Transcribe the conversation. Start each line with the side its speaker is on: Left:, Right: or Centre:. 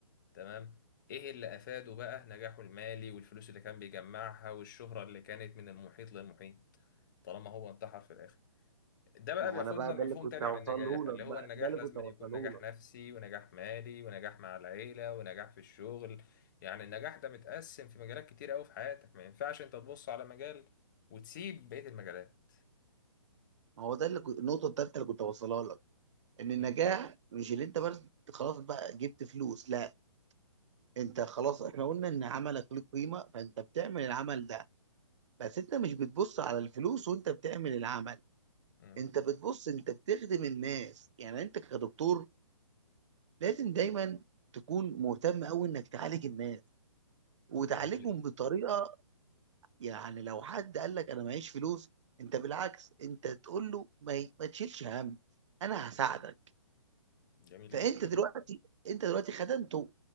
Left: تمام ايه اللي افاده بقى نجاحه المالي والفلوس اللي كان بيجمعها والشهرة اللي كانت من المحيط للمحيط طالما هو انتحر في الاخر ده بقى
Right: ما هو
Left: بياخدنا
Right: انا بقى
Left: لمفهوم
Right: ده اللي كنت
Left: تاني
Right: هوصله
Left: عن النجاح اللي
Right: لك بقى
Left: هو النجاح
Right: ده اللي
Left: لازم
Right: كنت هوصله
Left: أن يكون نجاح
Right: لك
Left: نفسي ونجاح مالي ونجاح مع العيلة ونجاح في الشغل يعني النجاح ده متقسم في مجالات كتير قوي في حياتك ما ينفعش انت تبص على مجال وتسيب بقية المجالات
Right: ما هو ده اللي كنت النقطة التالتة اللي كنت هوصلها لك ان
Left: مم.
Right: النجاح مش اللي انت بس خلاص بقى جبت فلوس لا انت خلاص احنا قلنا ان عملك له قيمة فانت بتعمل العمل ده بس انت مش بتبص على الفلوس وانت بتعمل العمل
Left: مم.
Right: انت بتبص انت بتخدم الناس يعني انت كدكتور لازم دايما تكون مهتم قوي انك تعالج الناس وتعالجهم
Left: جميل جدا
Right: بطريقة يعني لو حد قال لك انا معيش فلوس انت بالعكس انت تقول له ما, ما تشيلش هم انا هساعدك
Left: جميل
Right: فانت
Left: جدا
Right: دلوقتي انت دلوقتي خدمته